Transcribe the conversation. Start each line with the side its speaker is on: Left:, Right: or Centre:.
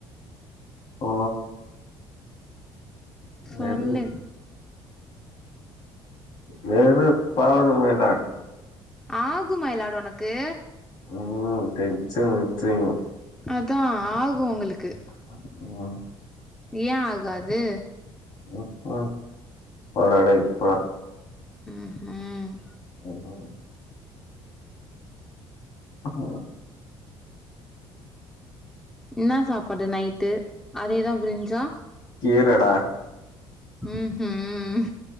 Left: ஓ
Centre: சொல்லு
Left: வெறு <inaudible> <unintelligible>
Centre: ஆகு மை லாட் உனக்கு
Left: ம் டென்ஷன் ஏத்ரிங்கோ
Centre: அதா ஆகு உங்களுக்கு
Left: ம்
Centre: ஏ ஆகாது
Left: ம்ம் போடா டேய் போடா
Centre: ம்ம்
Left: ம் அஹா
Centre: என்ன சாப்பாடு நைட்டு அதேதா பிரிஞ்சா
Left: கீரடா
Centre: ம்ஹும்